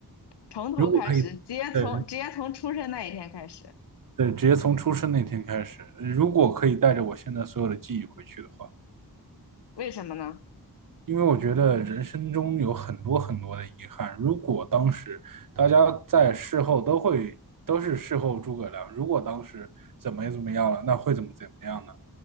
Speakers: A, on the left (about 85°); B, on the right (about 55°).
A: 从头开始，
B: 如果可以，
A: 直接从直接从出生那一天开始，
B: 对对，直接从出生那天开始。如果可以带着我现在所有的记忆回去的话，
A: 为什么呢？
B: 因为我觉得人生中有很多很多的遗憾。如果当时大家在事后都会都是事后诸葛亮，如果当时怎么怎么样了，那会怎么怎么样呢？